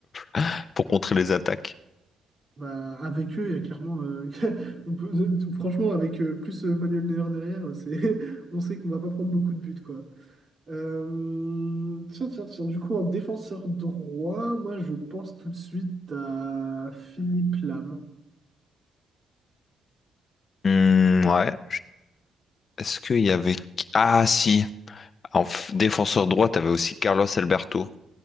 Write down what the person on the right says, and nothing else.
Bah, avec eux, il y a clairement. euh, <laughs> on peut- franchement, avec euh, plus euh, Manuel Neuer derrière, euh, c'est, <laughs> on sait qu'on va pas prendre beaucoup de buts, quoi. Euh, tiens, tiens, tiens. Du coup, en défenseur droit, moi, je pense tout de suite à Philippe Lam.